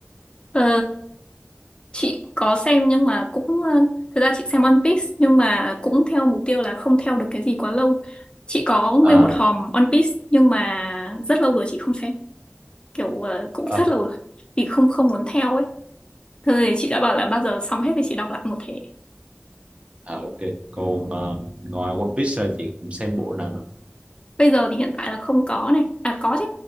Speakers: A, on the left; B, on the right.
A: Ờ, chị có xem nhưng mà cũng ờ, thực ra chị xem One Piece nhưng mà cũng theo mục tiêu là không theo được cái gì quá lâu chị có nguyên
B: à,
A: một hòm One Piece nhưng mà rất lâu rồi chị không xem kiểu ờ, cũng
B: à,
A: rất lâu rồi thì không không muốn theo ấy Thôi thì chị đã bảo là bao giờ xong hết thì chị đọc lại một thể.
B: à ok còn ờ, ngoài One Piece ra chị cũng xem bộ nào nữa
A: Bây giờ thì hiện tại là không có này. À có chứ.